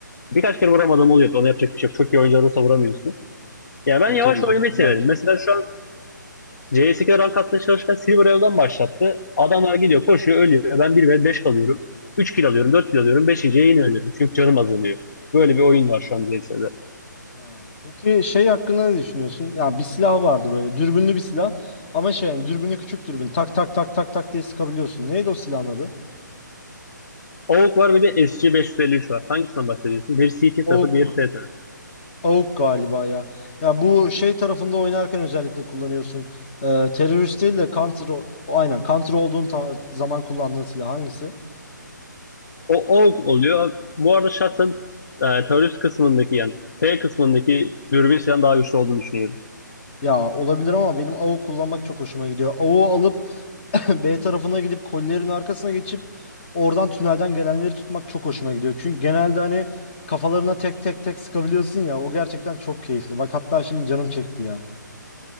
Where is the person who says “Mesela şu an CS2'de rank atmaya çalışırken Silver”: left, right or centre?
Left